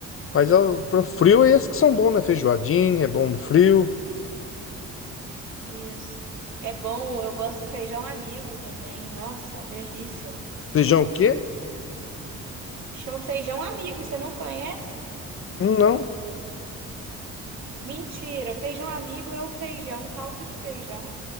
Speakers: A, on the left; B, on the right.
A: Mas ó, pro frio é esses que são bons, né? Feijoadinha, é bom no frio.
B: Isso. É bom, eu gosto do feijão amigo também. Nossa, uma delícia.
A: Feijão o quê?
B: Chama feijão amigo, você não conhece?
A: Hum, Não.
B: Mentira, feijão amigo é o feijão, caldo de feijão,